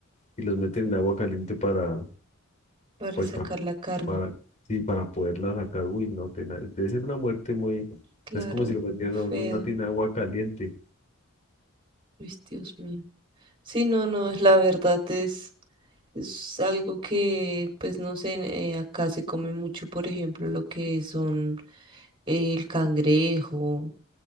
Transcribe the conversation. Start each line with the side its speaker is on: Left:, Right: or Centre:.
Left: y los meten en agua caliente para,
Right: para
Left: pues,
Right: sacar
Left: pa-
Right: la carne.
Left: para, sí, para poderla sacar. Uy, no, tena- debe ser una muerte muy,
Right: Claro,
Left: es como si
Right: muy
Left: lo metieran a uno
Right: fea.
Left: en una tina de agua caliente.
Right: Uy, Dios mío. Sí, no, no, es la verdad es, es algo que, pues no sé, en- eh, acá se come mucho, por ejemplo, lo que son eh, el cangrejo